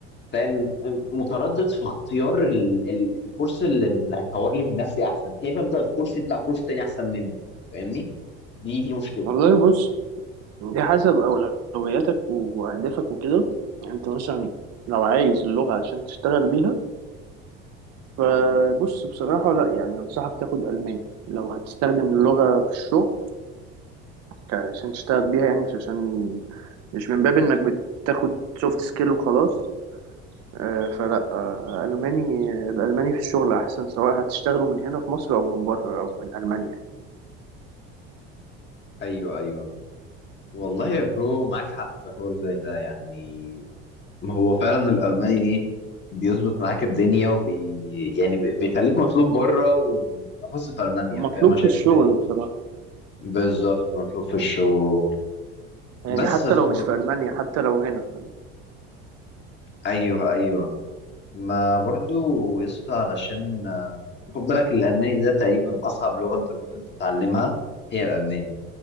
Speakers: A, on the left (about 40°); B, on the right (about 60°).
A: فاهم متردد في اختيار ال... ال... الكورس اللي اللي هيطور لي من نفسي احسن خايف ابدا في كورس يطلع كورس تاني احسن منه فاهمني دي دي مشكلتي
B: والله بص دي حسب اولوياتك واهدافك وكده يعني انت مثلا لو عايز اللغه عشان تشتغل بيها فبص بصراحة لا يعني أنصحك تاخد ألماني لو هتستخدم اللغة في الشغل ك- عشان تشتغل بيها يعني مش عشان مش من باب إنك بتاخد سوفت سكيل وخلاص آه، فلا آه، ألماني الألماني في الشغل أحسن سواء هتشتغلوا من هنا في مصر أو من بره أو من ألمانيا يعني
A: ايوه ايوه والله يا برو معاك حق في حوار زي ده يعني ما هو فعلا الألماني إيه بيظبط معاك الدنيا وبي يعني بي- بيخليك مطلوب بره وبالأخص في ألمانيا
B: مطلوب
A: فاهم عشان
B: في الشغل
A: إحنا إيه
B: بصراحة
A: بالظبط مطلوب في الشغل
B: يعني
A: بس
B: حتى
A: فب...
B: لو مش في ألمانيا حتى لو هنا فاهم
A: أيوه أيوه ما برضو يسطا علشان آه، خد بالك الألماني ده تقريبا أصعب لغة أنت ممكن تتعلمها هي الألماني